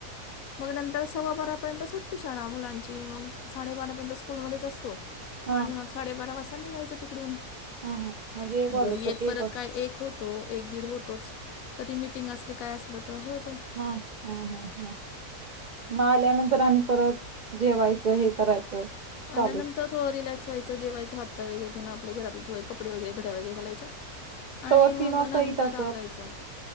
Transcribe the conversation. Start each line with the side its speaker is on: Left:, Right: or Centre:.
Left: <inaudible> मग नंतर सव्वा बारापर्यंत सुटते शाळा मुलांची. मग साडेबारापर्यंत स्कूलमध्येच असतो.
Right: हा
Left: आणि मग साडेबारा वाजता निघायचं तिकडून.
Right: हा हा म्हणजे एक वाजत
Left: घरी येत
Right: एक
Left: परत
Right: वाज
Left: काय एक होत तो एक दीड होतोच, कधी मिटिंग असली काय असलं तर होतो.
Right: हम्म हम्म हम्म हम्म. मग आल्यानंतर आणि परत जेवायचं हे करायचं. चालूच
Left: आल्यांतर थोडं रिलॅक्स व्हायचं. जेवायचं हातपाय वगैरे धून आपल्या घरातले थोडे कपडे वगैरे घड्या वगैरे घालायच्या. आणि
Right: तवर
Left: मग
Right: तीन वाजता
Left: नंतर
Right: येत असल
Left: आवरायचं.